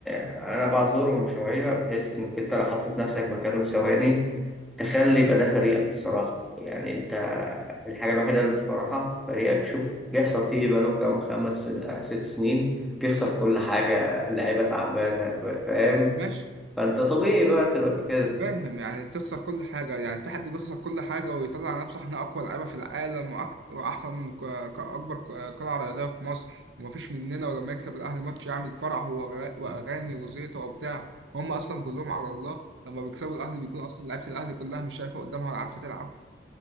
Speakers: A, in the centre; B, on the right.
A: انا بعذرهم شويه بحيث انك انت لو حطيت نفسك مكانهم ثواني تخلي يبقى ده فريقك الصراحه يعني انت الحاجه الوحيده اللي بتفرحها فريقك شوف بيحصل فيه ايه بقاله كام خمس آه، ست سنين بيخسر كل حاجه اللعيبه تعبانه فاهم
B: ماشي
A: فانت طبيعي بقى تبقى كده
B: فاهم يعني تخسر كل حاجة يعني في حد بيخسر كل حاجة ويطلع على نفسه احنا أقوى لعيبة في العالم وأك- وأحسن ك- ك- أكبر ك- قلعة رياضية في مصر ومفيش مننا ولما يكسب الأهلي ماتش يعمل فرح وأغا- وأغاني وزيطة وبتاع هم أصلا كلهم على الله لما بيكسبوا الأهلي بيكون أصلا لعيبة الأهلي كلها مش شايفة قدامها ولا عارفة تلعب